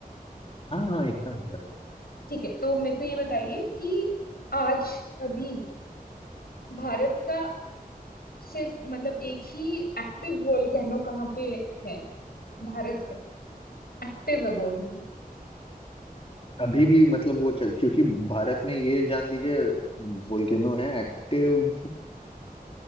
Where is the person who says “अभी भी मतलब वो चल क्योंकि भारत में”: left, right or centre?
Left